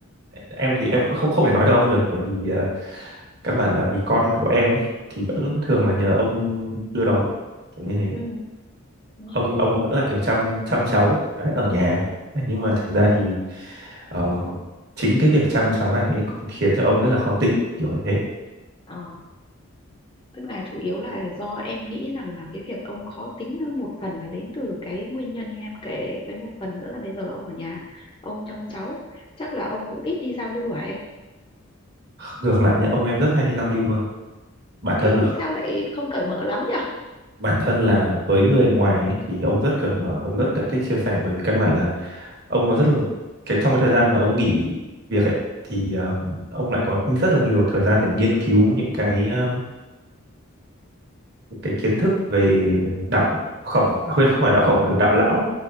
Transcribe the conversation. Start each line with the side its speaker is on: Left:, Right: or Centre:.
Right: em thì em cũng không không thể nói được ông được bởi vì à, căn bản là vì con của em ấy, thì vẫn thường là nhờ ông đưa đón kiểu như thế
Left: ừ đúng không
Right: ông ông vẫn là kiểu chăm chăm cháu đấy ở nhà đấy, nhưng mà thực ra thì ờ, chính cái việc chăm cháu này ấy cũng khiến cho ông rất là khó tính kiểu như thế
Left: ờ tức là chủ yếu là do em nghĩ rằng là cái việc ông khó tính hơn một phần là đến từ cái nguyên nhân như em kể với một phần nữa là bây giờ ông ở nhà ông trông cháu chắc là ông cũng ít đi giao lưu à em
Right: ngược lại nhá ông em rất hay đi giao lưu luôn bản
Left: thế
Right: thân là
Left: thì sao lại không cởi mở lắm nhỉ
Right: bản thân là với người ngoài ấy, thì ông rất cởi mở
Left: Ừ.
Right: ông rất kiểu thích chia sẻ bởi vì căn bản là ông có rất là cái trong cái thời gian mà ông nghỉ việc ấy thì ờm, ông lại có rất là nhiều thời gian để nghiên cứu những cái ờm, những cái kiến thức về đạo khổng à, quên không phải đạo khổng mà là đạo lão